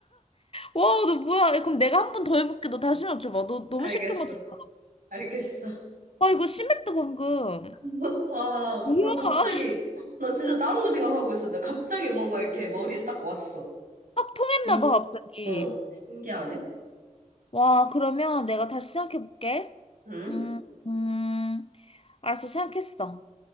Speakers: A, on the left; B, on the right.
A: 와, 너 뭐야? 야, 그럼 내가 한 번 더 해볼게. 너 다시 맞춰봐. 너 너무
B: 알겠어.
A: 쉽게 맞췄 아,
B: 알겠어.
A: 와, 이거 심했다, 방금.
B: <laughs> 와,
A: 뭐야?
B: 그거 갑자기
A: <laughs>
B: 나 진짜 다른 거 생각하고 있었는데 갑자기 뭔가 이렇게 머리에 딱 왔어.
A: 확 통했나
B: 신기,
A: 봐, 갑자기.
B: 어, 신기하네.
A: 와, 그러면 내가 다시 생각해볼게.
B: 응?
A: 음, 음. 알았어, 생각했어.